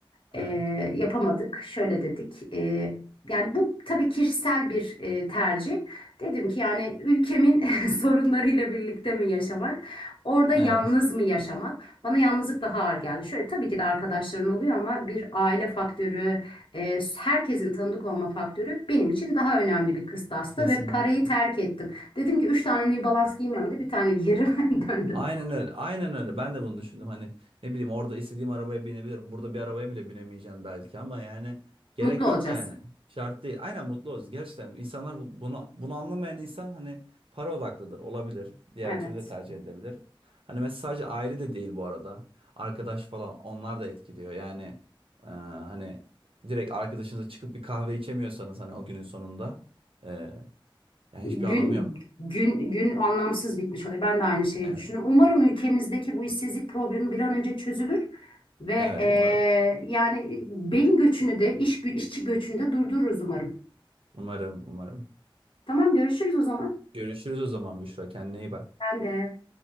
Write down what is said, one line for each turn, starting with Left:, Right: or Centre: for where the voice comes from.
Left: Ee,
Right: Evet.
Left: yapamadık. Şöyle dedik. Ee, yani bu tabii kişisel bir e, tercih. Dedim ki yani ülkemin <laughs> sorunlarıyla birlikte mi yaşamak, orada yalnız
Right: Evet.
Left: mı yaşamak? Bana yalnızlık daha ağır geldi. Şöyle tabii ki de arkadaşların oluyor ama bir aile faktörü, e, herkesin tanıdık olma faktörü benim için daha önemli bir kıstastı
Right: Kesinlikle.
Left: ve parayı terk ettim. Dedim ki üç tane New Balance giymiyorum da bir tane giyerim <laughs> döndüm.
Right: Aynen öyle. Aynen öyle. Ben de bunu düşündüm. Hani ne bileyim orada istediğim arabaya binebilirim. Burada bir arabaya bile binemeyeceğim belki ama yani gerek
Left: Mutlu olacağız.
Right: yok yani. Şart değil. Aynen mutlu olacağız. Gerçekten insanlar bu- bunu bunu anlamayan insan hani para odaklıdır. Olabilir. Diğer
Left: Evet.
Right: türlü de tercih edebilir. Hani mesela sadece aile de değil bu arada. Arkadaş falan onlar da etkiliyor. Yani e, hani direkt arkadaşınızla çıkıp bir kahve içemiyorsanız hani o günün sonunda e, yani
Left: Gün,
Right: hiçbir anlamı yok.
Left: gün, gün anlamsız bitmiş oluyor. Ben de aynı şeyi
Right: Evet.
Left: düşündüm. Umarım ülkemizdeki bu işsizlik problemi bir an önce çözülür ve
Right: Evet
Left: eee,
Right: umarım.
Left: yani beyin göçünü de iş, işçi göçünü de durdururuz umarım.
Right: Umarım, umarım.
Left: Tamam görüşürüz o zaman.
Right: Görüşürüz o zaman Büşra. Kendine iyi bak.
Left: Ben de.